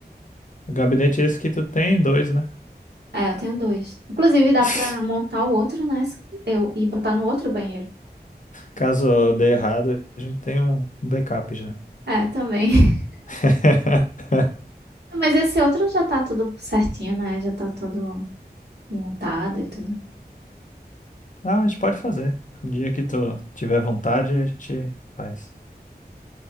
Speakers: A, on the left; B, on the right.
A: o gabinete esse que tu tem, dois, né?
B: É, eu tenho dois. Inclusive, dá
A: <laughs>
B: para montar o outro, né? Eu, e botar no outro banheiro.
A: Caso dê errado, a gente tem um um backup já.
B: É, também.
A: <laughs>
B: Não, Mas esse outro já tá tudo certinho, né? Já tá tudo montado e tudo.
A: Não, a gente pode fazer. O dia que tu tiver vontade, a gente faz.